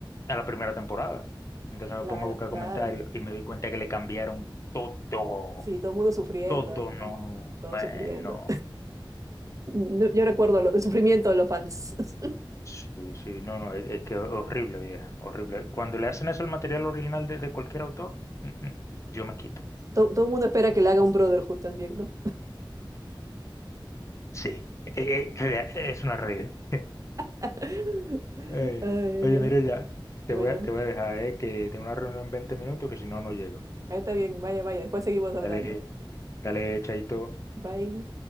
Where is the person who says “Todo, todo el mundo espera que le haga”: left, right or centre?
Right